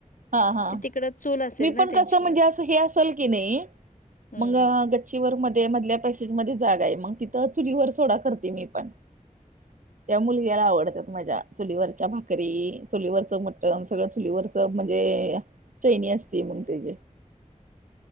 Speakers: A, on the right; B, on the left.
A: हा हा,
B: ते तिकड चूल असेल
A: मी
B: ना
A: पण
B: त्यांची
A: कसं म्हणजे असं हे असं. <unintelligible> नाही
B: हम्म
A: मंग गच्चीवर मध्ये मधल्या पॅसेज मध्ये जागा आहे मग तिथं चुलीवर सोडा करते मी पण. त्या मुलग्याला आवडतात माझ्या. चुलीवरच्या भाकरी, चुलीवरचं मटण सगळं चुलीवरच म्हणजे चैनी असते मग त्याचीे